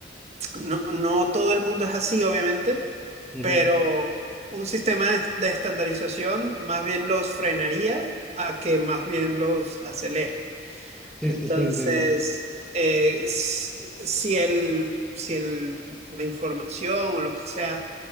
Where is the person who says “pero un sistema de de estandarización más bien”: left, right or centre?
Right